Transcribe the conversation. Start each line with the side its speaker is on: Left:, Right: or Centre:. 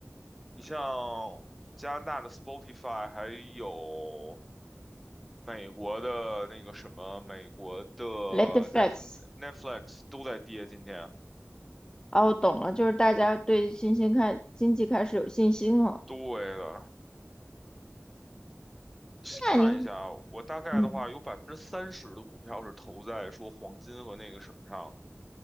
Centre: 你像加拿大的 Spotify，还有。美国的那个什么，美国的
Left: late facts。
Centre: Netf Netflix 都在跌，今天。
Left: 哦，我懂了，就是大家对新兴开经济开始有信心了。
Centre: 对的，
Left: 那你，
Centre: 看一下，我大概的话有百分之三十的股票是投在说黄金和那个什么上的。
Left: 嗯。